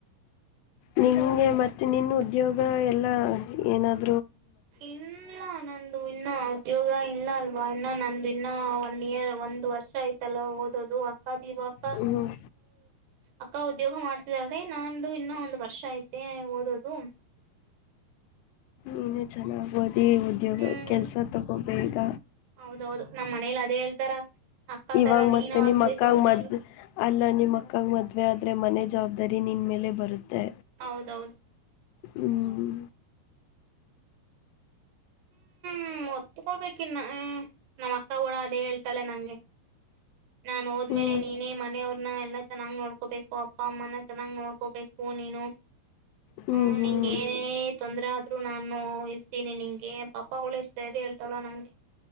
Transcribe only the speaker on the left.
ನಿಂಗೆ ಮತ್ತೆ ನಿನ್ ಉದ್ಯೋಗ ಎಲ್ಲಾ ಏನಾದ
ಹ್ಮ್
<unintelligible> ಚೆನ್ನಾಗಿ ಓದಿ ಉದ್ಯೋಗ
ಕೆಲಸ ತಗೋ ಬೇಗ
ಇವಾಗ
ಮತ್ತೆ
ನಿಮ್ ಅಕ್ಕಂಗ
ಮದ್
ಅಲ್ಲ ನಿಮ್ ಅಕ್ಕಂಗ ಮದ್ವೆ ಆದ್ರೆ ಮನೆದ ಜವಾಬ್ದಾರಿ ನಿನ್ ಮೇಲೆ ಬರುತ್ತೆ
ಹ್ಮ್.
ಹ್ಮ್
ಹ್ಮ್
ಹ್ಮ್